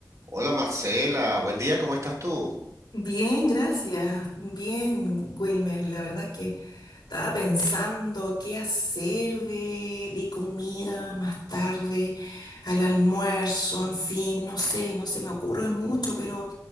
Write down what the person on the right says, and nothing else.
Hola Marcela, buen día, ¿cómo estás tú?